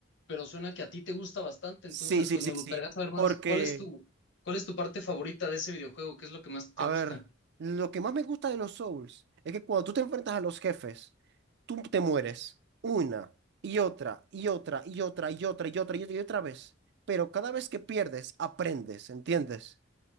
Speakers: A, on the left (about 65°); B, on the right (about 60°).
A: pero suena que a ti te gusta bastante.
B: Sí,
A: Entonces,
B: sí,
A: pues
B: sí,
A: me
B: sí.
A: gustaría saber más.
B: Porque
A: ¿Cuál es tu, cuál es tu parte favorita de ese videojuego? ¿Qué es lo que más te
B: A
A: gusta?
B: ver, lo que más me gusta de los Souls es que cuando tú te enfrentas a los jefes, tú te mueres una y otra y otra y otra y otra y otra y otra y otra vez. Pero cada vez que pierdes, aprendes, ¿entiendes?